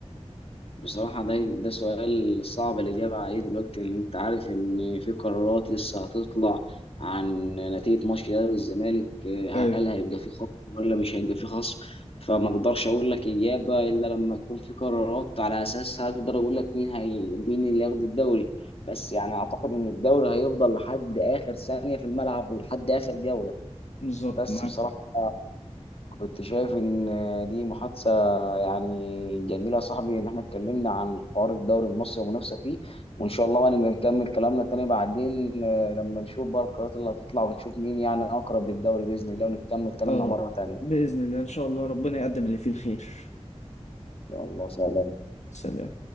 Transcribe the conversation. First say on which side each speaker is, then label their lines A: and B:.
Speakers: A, on the left (about 55°); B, on the left (about 80°).
A: بصراحة ده ده سؤال صعب الإجابة عليه دلوقتي لأن أنت عارف إن في قرارات لسه هتطلع عن نتيجة ماتش الأهلي والزمالك آه، هل
B: ايوه
A: هيبقى في خصم ولا مش هيبقى في خصم فما أقدرش أقول لك إجابة إلا لما تكون في قرارات على أساسها أقدر أقول لك مين هي مين اللي هياخد الدوري بس يعني أعتقد إن الدوري هيفضل لحد آخر ثانية في الملعب ولحد آخر جولة
B: بالظبط
A: بس
B: معاك
A: بصراحة
B: حق
A: كنت شايف ان دي محادثه يعني جميله يا صاحبي ان احنا اتكلمنا عن حوار الدوري المصري والمنافسه فيه وان شاء الله بقى نبقى نكمل كلامنا تاني بعدين آه، لما نشوف بقى القرارات اللي هتطلع ونشوف مين يعني اقرب للدوري باذن الله ونكمل كلامنا
B: اه
A: مره تانيه
B: بإذن الله ان شاء الله ربنا يقدم اللي فيه الخير
A: يا الله سلام
B: سلام